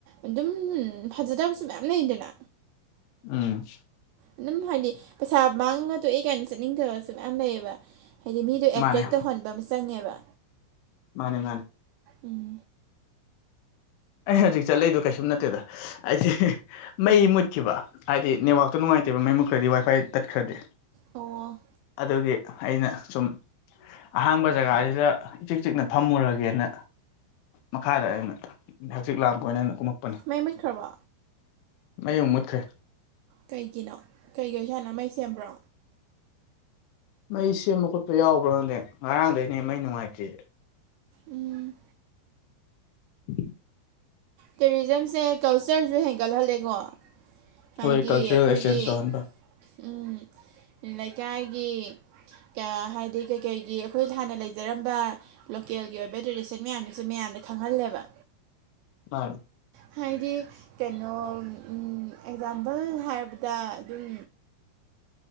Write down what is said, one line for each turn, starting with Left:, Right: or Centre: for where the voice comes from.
Right: ꯑꯗꯨꯝ ꯐꯖꯗꯕꯁꯨ ꯃꯌꯥꯝ ꯂꯩꯗꯅ
Left: ꯎꯝ
Right: ꯑꯗꯨꯝ ꯍꯥꯏꯗꯤ ꯄꯩꯁꯥ ꯃꯥꯡꯉꯒ ꯇꯣꯛꯑꯦ ꯀꯥꯏꯅ ꯆꯠꯅꯤꯡꯗꯕꯁꯨ ꯃꯌꯥꯝ ꯂꯩꯌꯦꯕ ꯍꯥꯏꯗꯤ ꯃꯤꯗꯣ
Left: ꯃꯥꯅꯦ
Right: ꯑꯦꯇ꯭ꯔꯦꯛ ꯇꯧꯍꯟꯕ ꯑꯃ ꯆꯪꯉꯦꯕ
Left: ꯃꯥꯅꯦ ꯃꯥꯅꯦ
Right: ꯎꯝ
Left: ꯑꯩ ꯍꯧꯖꯤꯛ ꯆꯠꯂꯛꯏꯗꯣ ꯀꯩꯁꯨꯝ ꯅꯠꯇꯦꯗ ꯍꯥꯏꯗꯤ ꯃꯩ ꯃꯨꯠꯈꯤꯕ ꯍꯥꯏꯗꯤ ꯅꯦꯠꯋꯥꯛꯇꯣ ꯅꯨꯡꯉꯥꯏꯇꯦꯕ ꯃꯩ ꯃꯨꯠꯈ꯭ꯔꯗꯤ ꯋꯥꯏꯐꯥꯏ ꯇꯠꯈ꯭ꯔꯗꯤ
Right: ꯑꯣ
Left: ꯑꯗꯨꯒꯤ ꯑꯩꯅ ꯁꯨꯝ ꯑꯍꯥꯡꯕ ꯖꯒꯥꯖꯤꯗ ꯏꯆꯤꯛ ꯆꯤꯛꯅ ꯐꯝꯃꯨꯔꯒꯦꯅ ꯃꯈꯥꯗ ꯑꯣꯏꯅ ꯍꯪꯆꯤꯛ ꯂꯥꯡꯄ ꯑꯣꯏꯅ ꯀꯨꯝꯃꯛꯄꯅꯤ
Right: ꯃꯩ ꯃꯨꯠꯈ꯭ꯔꯕꯣ
Left: ꯃꯩ ꯑꯃꯨꯛ ꯃꯨꯠꯈ꯭ꯔꯦ
Right: ꯀꯩꯒꯤꯅꯣ ꯀꯩꯒꯤ ꯑꯣꯏꯁꯥꯅꯣ ꯃꯩ ꯁꯦꯝꯕ꯭ꯔꯣ
Left: ꯃꯩ ꯁꯦꯝꯕ ꯈꯣꯠꯄ ꯌꯥꯎꯕ꯭ꯔꯥ ꯈꯪꯗꯦ ꯉꯔꯥꯡꯗꯩꯅꯦ ꯃꯩ ꯅꯨꯡꯉꯥꯏꯇ꯭ꯔꯤꯖꯦ
Right: ꯎꯝ
Left: <inaudible>
Right: ꯇꯨꯔꯤꯖꯝꯁꯦ ꯀꯜꯆꯔꯁꯨ ꯍꯦꯟꯒꯠꯍꯜꯂꯦꯀꯣ ꯍꯥꯏꯗꯤ
Left: ꯍꯣꯏ ꯀꯜꯆꯔꯦꯜ
Right: ꯑꯩꯈꯣꯏꯒꯤ
Left: ꯑꯦꯛꯁꯆꯦꯟꯖ ꯇꯧꯍꯟꯕ
Right: ꯎꯝ ꯂꯩꯀꯥꯏꯒꯤ ꯀꯥ ꯍꯥꯏꯗꯤ ꯀꯩꯀꯩꯒꯤ ꯑꯩꯈꯣꯏ ꯍꯥꯟꯅ ꯂꯩꯖꯔꯝꯕ ꯂꯣꯀꯦꯜꯒꯤ ꯑꯣꯏꯕ ꯇ꯭ꯔꯦꯗꯤꯁꯟ ꯃꯌꯥꯝꯗꯨꯁꯨ ꯃꯤꯌꯥꯝꯗ ꯈꯪꯍꯜꯂꯦꯕ
Left: ꯃꯥꯅꯦ
Right: ꯍꯥꯏꯗꯤ ꯀꯩꯅꯣ ꯎꯝ ꯑꯦꯛꯖꯥꯝꯄꯜ ꯍꯥꯏꯔꯕꯗ ꯑꯗꯨꯝ